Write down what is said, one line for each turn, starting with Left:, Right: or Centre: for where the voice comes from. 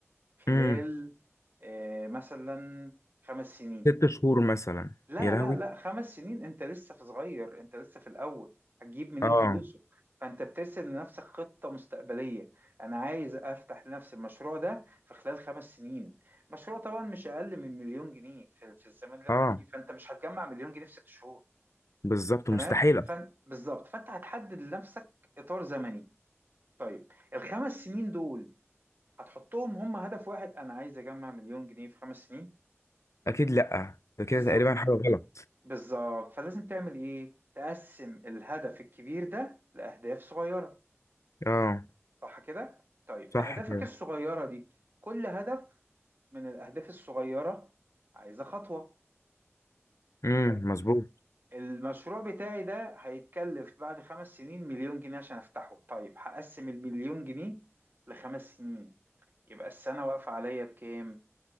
Right: خلال
Left: امم
Right: آه، مثلا خمس سنين
Left: ست شهور مثلا
Right: لا
Left: يا لهوي
Right: لا لا خمس سنين انت لسه في صغير انت لسه في الاول هتجيب منين
Left: اه
Right: فلوسه فانت بترسم لنفسك خطة مستقبلية انا عايز افتح لنفسي المشروع ده في خلال خمس سنين مشروع طبعا مش اقل من مليون جنيه في, في الزمن اللي
Left: اه
Right: احنا فيه فانت مش هتجمع مليون جنيه في ست شهور
Left: بالظبط
Right: تمام
Left: مستحيل أصلاً.
Right: فن... بالظبط فانت هتحدد لنفسك اطار زمني طيب الخمس سنين دول هتحطهم هم هدف واحد انا عايز اجمع مليون جنيه في خمس سنين
Left: اكيد لا ده كده
Right: بالظبط
Left: تقريبا حاجة غلط
Right: بالظبط فلازم تعمل ايه تقسم الهدف الكبير ده لأهداف صغيرة
Left: اه
Right: صح كده طيب
Left: صح
Right: أهدافك
Left: كده
Right: الصغيرة دي كل هدف من الأهداف الصغيرة عايزة خطوة
Left: امم
Right: طيب
Left: مظبوط
Right: المشروع بتاعي ده هيتكلف بعد خمس سنين مليون جنيه عشان أفتحه طيب هقسم المليون جنيه لخمس سنين يبقى السنة واقفة عليا بكام؟